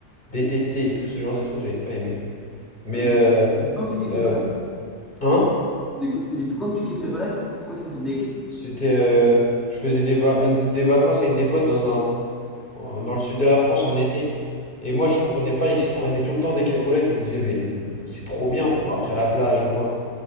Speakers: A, on the left; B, in the centre.
A: détesté et tout ce genre de trucs, j'avais pas aimé. Mais
B: Euh, moi-
A: euh,
B: Quand tu kiffes
A: Euh,
B: Cacolac?
A: hein?
B: Les C'est des plus grands tu kiffes Cacolac? C'est quoi qui t'a fait des kicks?
A: C'était, euh, je faisais des, va- une- des vacances avec des potes dans un, dans le sud de la France en été. Et moi, je comprenais pas, ils se prenaient tout le temps des cacolacs. Ils me disaient, mais l- c'est trop bien pour après la plage ou quoi.